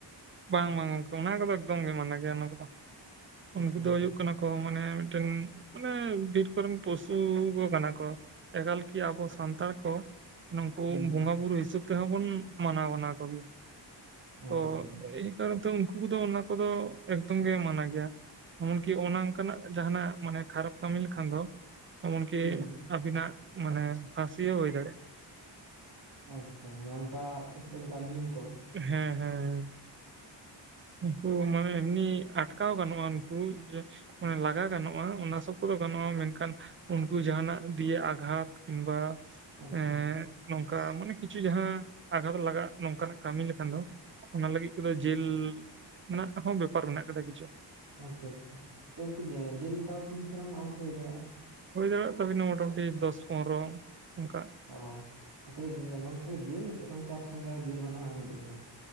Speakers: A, on the right (about 30°); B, on the right (about 60°).
A: ᱵᱟᱝ ᱵᱟᱝ ᱜᱚᱝᱠᱮ ᱚᱱᱟ ᱠᱚᱫᱚ ᱮᱠᱫᱚᱢ ᱜᱮ ᱢᱟᱱᱟ ᱜᱮᱭᱟ ᱚᱱᱟ ᱠᱚᱫᱚ ᱩᱱᱠᱩ
B: ᱟᱪᱪᱷᱟ
A: ᱫᱚ ᱦᱩᱭᱩᱜ ᱠᱟᱱᱟᱼᱼ ᱠᱚ ᱢᱟᱱᱮ ᱢᱤᱫᱴᱮᱱ ᱢᱟᱱᱮ ᱵᱤᱨ ᱠᱚᱨᱮᱱ ᱯᱚᱥᱩ ᱠᱚ ᱠᱟᱱᱟ ᱠᱚ᱾ ᱮᱠᱟᱞ ᱠᱤ ᱟᱵᱚ ᱥᱟᱱᱛᱟᱲ ᱠᱚ ᱱᱩᱝᱠᱩ
B: ᱦᱩᱸ
A: ᱵᱚᱸᱜᱟ ᱵᱩᱨᱩ ᱦᱤᱥᱟᱹᱵᱽ ᱛᱮᱦᱚᱸ ᱵᱩᱱ ᱢᱟᱱᱟᱣ ᱵᱟᱱᱟᱣ ᱠᱚᱜᱮᱭᱟ ᱛᱚ
B: ᱟᱪᱪᱷᱟ ᱟᱪᱪᱷᱟ
A: ᱮᱭ ᱠᱟᱨᱚᱱ ᱛᱮ ᱩᱱᱠᱩ ᱠᱚᱫᱚ ᱚᱱᱟ ᱠᱚᱫᱚ ᱮᱠᱫᱚᱢ ᱜᱮ ᱢᱟᱱᱟ ᱜᱮᱭᱟ᱾ ᱮᱢᱚᱱ ᱠᱤ ᱚᱱᱟ ᱚᱱᱠᱟᱱᱟᱜ ᱡᱟᱦᱟᱱᱟᱜ ᱢᱟᱱᱮ ᱠᱷᱟᱨᱟᱯ ᱠᱟᱹᱢᱤ ᱞᱮᱠᱷᱟᱱ ᱫᱚ ᱮᱢᱚᱱ ᱠᱤ
B: ᱦᱩᱸ
A: ᱟᱵᱤᱱᱟᱜ ᱢᱟᱱᱮ ᱯᱷᱟᱥᱤ ᱦᱚᱸ ᱦᱩᱭ ᱫᱟᱲᱮᱜ
B: ᱟᱪᱪᱷᱟ ᱢᱟᱱᱮ ᱚᱱᱠᱟ ᱟᱯᱮ ᱥᱮᱫ ᱫᱚ ᱚᱱᱠᱟ ᱱᱤᱭᱚᱢᱼᱼ
A: ᱦᱮᱸ ᱦᱮᱸ ᱦᱮᱸ ᱩᱝᱠᱩ ᱢᱟᱱᱮ ᱮᱢᱱᱤ ᱟᱴᱠᱟᱣ ᱜᱟᱱᱚᱜ-ᱟ ᱩᱱᱠᱩ ᱡᱮ ᱢᱟᱱᱮ ᱞᱟᱜᱟ ᱜᱟᱱᱚᱜ-ᱟ ᱚᱱᱟ ᱥᱚᱯ ᱠᱚ ᱜᱟᱱᱚᱜ-ᱟ ᱢᱮᱱᱠᱷᱟᱱ ᱩᱱᱠᱩ ᱡᱟᱦᱟᱱᱟᱜ ᱫᱤᱭᱟ ᱟᱜᱷᱟᱛ ᱠᱤᱢᱵᱟ
B: ᱟᱪᱪᱷᱟ
A: ᱮᱸᱜ ᱱᱚᱝᱠᱟ ᱢᱟᱱᱮ ᱠᱤᱪᱷᱩ ᱡᱟᱦᱟᱸ ᱟᱜᱷᱟᱛ ᱞᱟᱜᱟᱜ-ᱟ ᱱᱚᱝᱠᱟᱱᱟᱜᱼᱼ ᱠᱟᱹᱢᱤ ᱞᱮᱠᱷᱟᱱ ᱫᱚ ᱚᱱᱟ ᱞᱟᱹᱜᱤᱫ ᱛᱮᱫᱚ ᱡᱮᱞ ᱨᱮᱱᱟᱜ ᱦᱚᱸ ᱵᱮᱯᱟᱨ ᱢᱮᱱᱟᱜ ᱟᱠᱟᱫᱟ ᱵᱩᱪᱟᱹᱜ
B: ᱟᱪᱪᱷᱟ ᱟᱪᱪᱷᱟ ᱛᱚ ᱜᱚᱝᱠᱮ ᱡᱮ ᱡᱮᱞᱮᱠᱟ ᱛᱩᱧ ᱥᱟᱨᱟᱢ ᱱᱚᱜ-ᱚᱝ ᱠᱟ ᱦᱩᱭ ᱫᱟᱲᱮᱭᱟᱜ-ᱟ᱾
A: ᱦᱩᱭ ᱫᱟᱲᱮᱭᱟᱜ ᱛᱟᱵᱤᱱᱟ ᱢᱳᱴᱟᱢᱩᱴᱤ ᱫᱚᱥ ᱯᱚᱱᱨᱚ ᱚᱱᱠᱟ
B: ᱚ ᱠᱷᱟᱞᱤ ᱜᱚᱝᱠᱨ ᱠᱷᱞᱤ ᱡᱮᱞ ᱥᱮ ᱜᱚᱝ ᱥᱚᱸᱜᱮ ᱡᱚᱨᱤᱢᱟᱱᱟ ᱦᱚᱸ ᱮᱢ ᱦᱩᱭᱩᱜ ᱛᱟᱵᱤᱱᱟ